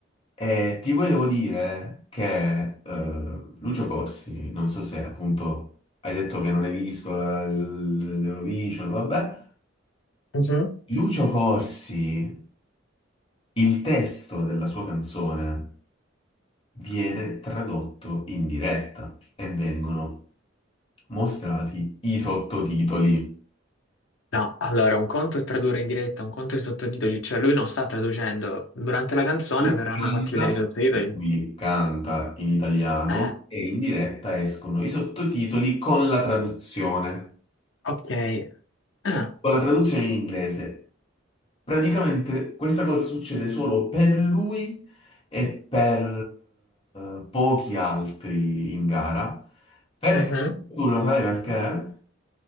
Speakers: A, on the left; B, on the left.
A: e ti volevo dire che eh, Lucio Corsi, non so se appunto hai detto che non hai visto la- l- l'Eurovision, vabbè.
B: mhm.
A: Lucio Corsi, il testo della sua canzone viene tradotto in diretta e vengono mostrati i sottotitoli.
B: No, allora un conto è tradurre in diretta, un conto è i sottotitoli, cioè lui non sta traducendo. Durante la canzone
A: Lui
B: verranno
A: Canta,
B: fatti vedere i sottotitoli.
A: lui canta in italiano
B: Eh,
A: e in diretta escono i sottotitoli con la traduzione,
B: ok. Ah,
A: con la traduzione in inglese. Praticamente questa cosa succede solo per lui e per eh, pochi altri in gara. Perché
B: mhm.
A: tu lo sai perché?